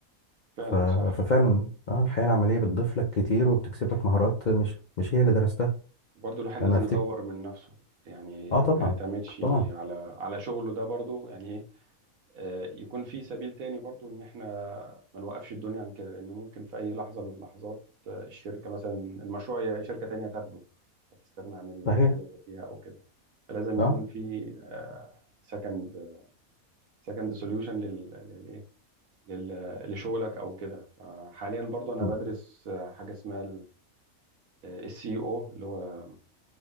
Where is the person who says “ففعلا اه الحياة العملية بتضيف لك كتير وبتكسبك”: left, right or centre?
Left